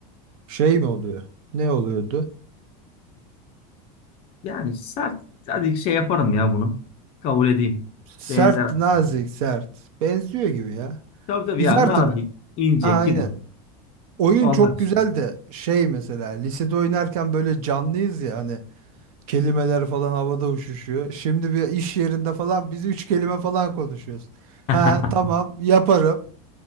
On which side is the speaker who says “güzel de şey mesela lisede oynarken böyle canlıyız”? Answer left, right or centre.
Right